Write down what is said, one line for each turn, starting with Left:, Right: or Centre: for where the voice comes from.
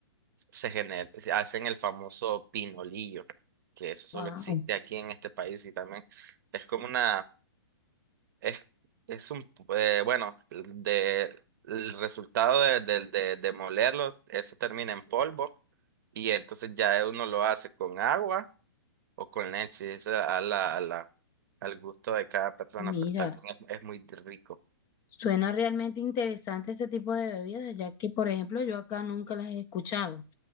Right: se genera se hacen el famoso pinolillo, que eso solo
Left: wow.
Right: existe aquí en este país y también es como una es, es un, eh, bueno, de, el resultado de, de, de, de molerlo, eso termina en polvo y entonces ya uno lo hace con agua o con leche, eso a la, a la, al gusto de cada persona,
Left: Mira,
Right: pero también es, es muy rico.
Left: suena realmente interesante este tipo de bebidas, ya que, por ejemplo, yo acá nunca las he escuchado.